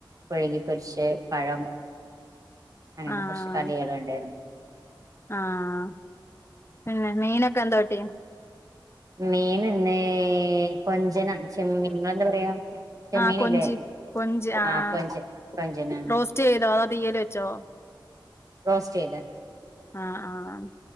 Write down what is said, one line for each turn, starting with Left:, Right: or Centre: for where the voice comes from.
Right: പുഴുങ്ങി പൊരിശ് പഴം അങ്ങനെ
Left: ആഹ്
Right: കുറച്ച് കടികൾ ഉണ്ടാരുന്നു.
Left: ആഹ് പിന്നെ മീനൊക്കെ എന്തോ കിട്ടി?
Right: മീനിന്നേ കൊഞ്ചനം ചെമ്മീൻ നിങ്ങ ളന്താ പറയാ? ചെമ്മീനില്ലേ,
Left: ആ കൊഞ്ച് കൊഞ്ച് ആ
Right: ആഹ്
Left: ആ
Right: കൊഞ്ച്, കൊഞ്ചന.
Left: റോസ്റ്റ് ചെയ്തോ അതോ തീയല് വെച്ചോ
Right: റോസ്റ്റ് ചെയ്ത്
Left: ആഹ് ആഹ്